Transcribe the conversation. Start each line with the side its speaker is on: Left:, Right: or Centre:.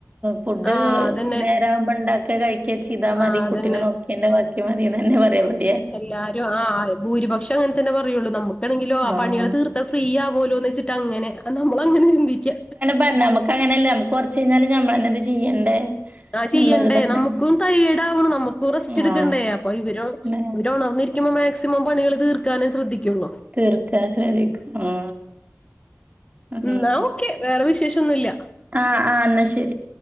Right: ഫുഡ്
Left: ആഹ് അതന്നെ
Right: നേരാകുമ്പോ ഇണ്ടാക്കാ കഴിക്കാ ചെയ്താ മതി
Left: ആഹ് അതന്നെ
Right: കുട്ടിനെ നോക്കി പിന്നെ ബാക്കി മതീന്നെയാ പറയാ <unintelligible>
Left: എല്ലാരും ആഹ് ആ ഭൂരിപക്ഷം അങ്ങനെ തന്നെ പറയുള്ളൂ നമ്മക്ക് ണെങ്കിലോ ആ
Right: ആഹ്.
Left: പണികള് തീർത്താ ഫ്രീ ആവലോന്ന് വെച്ചിട്ട് അങ്ങനെ നമ്മളങ്ങനെ ചിന്തിക്കാ.
Right: പറഞ്ഞാ നമ്മക്ക് അങ്ങനെയല്ലാ നമ്മക്ക് കൊറച്ച് കഴിഞ്ഞാല് നമ്മളെന്നെ ഇത് ചെയ്യണ്ടേ.
Left: ആഹ്
Right: എന്നുള്ളൊരിതാണ്.
Left: ചെയ്യണ്ടേ നമ്മുക്കും ടയേർഡ് ആവുണ് നമ്മുക്കും റസ്റ്റ്
Right: ആ
Left: എടുക്കണ്ടേ അപ്പൊ ഇവര്
Right: ന്നെ
Left: ഇവര് ഒണർന്നിരി ക്കുമ്പോ മാക്സിമം പണികള് തീർക്കാനേ ശ്രദ്ധിക്കുള്ളൂ.
Right: തീർക്കാ വിചാരിക്കും ഉം അങ്ങനെ
Left: എന്നാ ഓക്കെ വേറെ വിശേഷൊന്നുല്ല
Right: ആഹ് ആഹ് ഇന്നാ ശരി.